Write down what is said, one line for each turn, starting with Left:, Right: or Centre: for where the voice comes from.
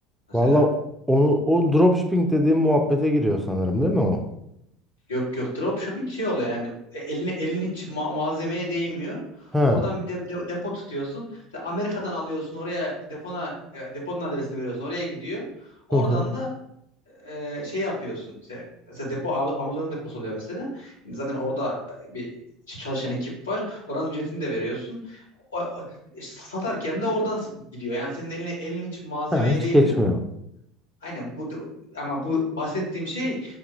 Left: mesela.
Centre: Valla onu o dropshipping dediğim muhabbete giriyor sanırım değil mi o?
Left: Yok yok dropshipping şey oluyor yani E, eline elin hiç ma- malzemeye değmiyor.
Centre: Ha.
Left: Oradan bir de, de- depo tutuyorsun. Mesela Amerika'dan alıyorsun oraya depona e, deponun adresini veriyorsun oraya gidiyor. Oradan
Centre: Hı hı.
Left: da e, şey yapıyorsun. İşte mesela depo A- Amazon'un deposu oluyor mesela. Yani Zaten orada bir çalışan ekip var. Oranın ücretini de veriyorsun. O, o- e, satarken de oradan gidiyor. Yani senin eline elin hiç malzemeye
Centre: Ha, hiç
Left: değmiyor.
Centre: geçmiyor.
Left: Aynen bu ama bu bahsettiğim şey